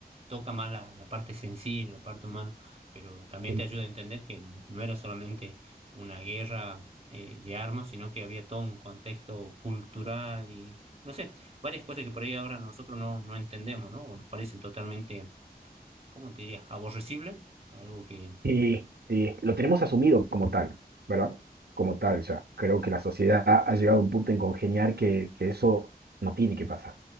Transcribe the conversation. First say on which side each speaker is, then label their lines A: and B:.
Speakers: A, on the right; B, on the right.
A: toca más la, la parte sensible, la parte humana, pero también
B: Sí.
A: te ayuda a entender que no era solamente una guerra eh, de armas, sino que había todo un contexto cultural y, no sé, varias cosas que por ahí ahora nosotros no, no entendemos, ¿no? O nos parecen totalmente, ¿cómo te diría?, aborrecible, algo que,
B: Sí, sí, lo tenemos asumido como tal, ¿verdad? Como tal ya. Creo que la sociedad ha llegado a un punto en congeniar que, que eso no tiene que pasar,